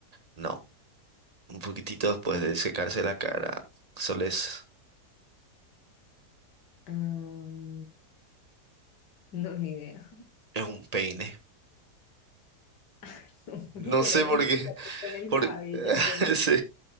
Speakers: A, on the right (about 25°); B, on the left (about 85°).
A: No. Un poquitito después de secarse la cara, Solo es,
B: Ah, no, ni idea.
A: Es un peine.
B: <laughs> Me
A: No
B: hubieras
A: sé por
B: dicho
A: qué.
B: que con el
A: Por...
B: cabello,
A: <laughs>
B: yo no sé,
A: sí.